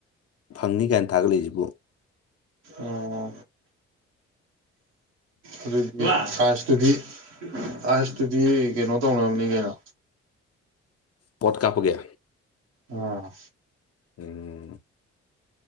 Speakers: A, on the left; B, on the right.
A: ꯐꯪꯅꯤ ꯀꯥꯏꯅ ꯊꯥꯒꯠꯂꯛꯏꯁꯤꯕꯨ
B: ꯑꯣ ꯑꯗꯨꯗꯤ ꯁꯥꯏꯁꯇꯨꯗꯤ ꯑꯁꯥꯏꯁꯇꯨꯗꯤ ꯀꯩꯅꯣ ꯇꯧꯅꯅꯕꯅꯤ ꯀꯩꯅꯣ
A: ꯄꯣꯠ ꯀꯥꯞꯄꯒꯤ
B: ꯑꯥ
A: ꯎꯝ